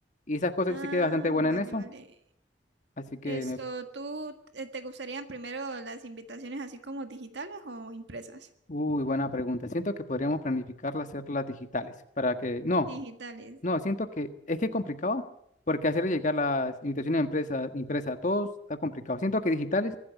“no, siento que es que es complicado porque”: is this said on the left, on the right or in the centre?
Left